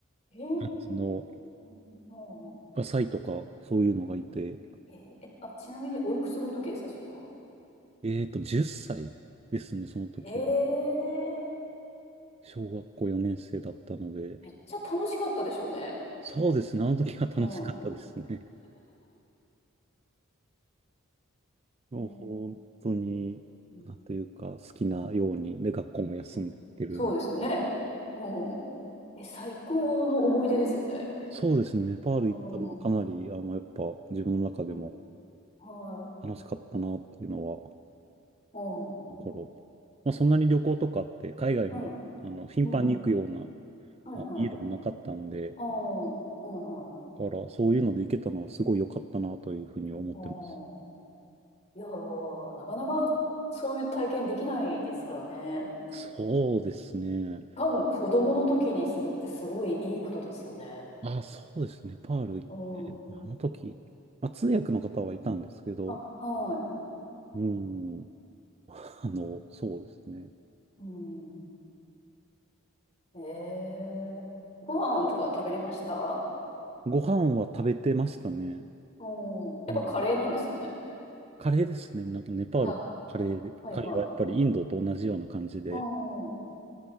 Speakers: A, on the left (about 30°); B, on the right (about 30°).
A: ええ
B: 感じの、
A: うん、うんうん
B: サイとか、そういうのがいて、
A: えええあ、ちなみにおいくつの時ですか、それは。
B: えっと、10歳ですね、その時は。
A: ええ
B: 小学校4年生だったので、
A: めっちゃ楽しかったでしょうね。
B: そうですね、あの時は楽しかったですね。
A: うん。
B: もう本当に、
A: えうん
B: なんというか、好きなように、で、学校も休んでいってるんで
A: うん、そうですよね。うん。え、最高の思い出ですよね。
B: そうですね、ネパール行ったのはかなり、
A: うん。
B: あの、やっぱ自分の中でも
A: うん。はい。
B: 楽しかったなっていうのは、
A: うん。
B: 心。まあ、そんなに旅行とかって、海外も、
A: うん。
B: あの、頻繁に行くような、
A: うん。はいはい。
B: まあ、家でもなかったんで、
A: ああ、はいはい。
B: だから、そういうので行けたのはすごい良かったなというふうに思ってます。
A: うん。いやー、なかなかそういう体験できないですからね。
B: そうですね。
A: 多分子供の時にするってすごいいいことですよね。
B: あ、そうですね。パール行って、
A: うん。
B: まあの時、まあ、通訳の方はいたんですけど、
A: あ、はい。
B: うん、<laughs> あの、そうですね。
A: うん。ええご飯とか食べれました
B: ご飯は食べてましたね。
A: うん。やっぱカレーなんですかね。
B: もう、カレーですね。なんかネパールもカレーで、
A: あ、はいはい。
B: カレーはやっぱりインドと同じような感じで、
A: うん。